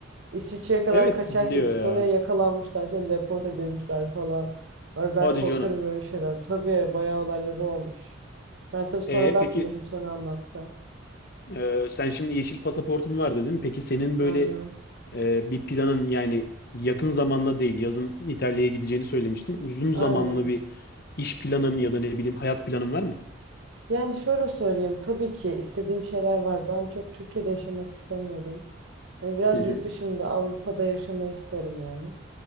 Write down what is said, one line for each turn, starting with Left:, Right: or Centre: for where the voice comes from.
Right: İsviçre'ye kadar
Left: Evet
Right: kaçak
Left: gidiliyor
Right: gitmiş.
Left: ya.
Right: Sonra yakalanmışlar. Sonra deport edilmişler falan. Ay ben
Left: Hadi
Right: korkarım
Left: canım.
Right: öyle şeyler. Tabii bayağı olayları olmuş. Ben tabii sonradan
Left: E peki
Right: tanışıp sonra anlattı.
Left: Ee, sen şimdi yeşil pasaportun var dedin. Peki senin böyle
Right: Aynen.
Left: e, bir planın yani yakın zamanda değil, yazın İtalya'ya gideceğini söylemiştin. Uzun
Right: Aynen.
Left: zamanlı bir iş planın ya da ne bileyim hayat planın var mı?
Right: Yani şöyle söyleyeyim. Tabii ki istediğim şeyler var. Ben çok Türkiye'de yaşamak istemiyorum. Hani biraz
Left: Hı hı,
Right: yurt dışında Avrupa'da yaşamayı isterim yani.